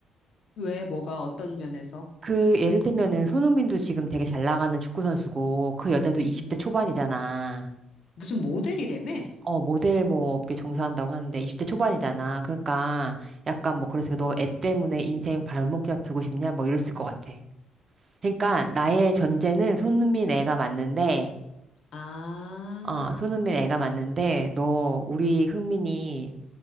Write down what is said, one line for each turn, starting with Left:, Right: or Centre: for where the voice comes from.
Left: 왜 뭐가 어떤 면에서?
Right: 그 예를 들면은 손흥민도 지금 되게 잘 나가는 축구 선수고 그 여자도 20대
Left: 음,
Right: 초반이잖아.
Left: 무슨 모델이라며?
Right: 어, 모델 뭐 업계 종사한다고 하는데 20대 초반이잖아.
Left: 음.
Right: 그러니까 약간 뭐 그래서 너 애 때문에 인생 발목 잡히고 싶냐 뭐 이랬을 것 같아. 그러니까 나의 전제는 손흥민 애가 맞는데,
Left: 아.
Right: 어, 손흥민 애가 맞는데, 너 우리 흥민이